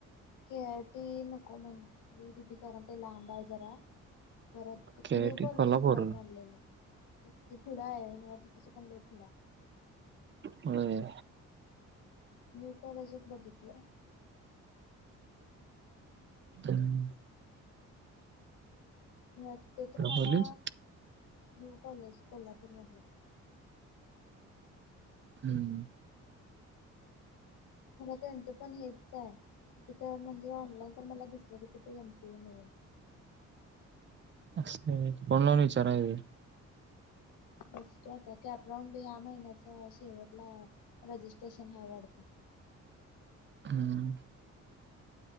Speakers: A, on the left (about 85°); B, on the right (about 40°).
A: के आर टी नको म्हणली दीदी कारण, ते लांब हाय जरा. परत
B: K
A: new
B: I T
A: college
B: कोल्हापूर
A: एक बघ म्हणलेली तेच की पुढं हाय, युनिव्हर्सिटीच्या पण लय पुढं हाय.
B: होय
A: न्यू कॉलेजात बघितलं.
B: हम.
A: मग ते तर मला
B: कॉलेज
A: न्यू कॉलेज कोल्हापूरमधलं.
B: हम्म.
A: खर त्यांचं पण हेच हाय तिथं म्हणजे ऑनलाईन पण मला दिसलं की तिथ एम सी ए नाही हाय.
B: फोन लावुन विचारायचं.
A: बसतो आता. कॅपराऊंड ह्या महिन्यात शेवटला रजिस्ट्रेशन हाय वाढत.
B: हम्म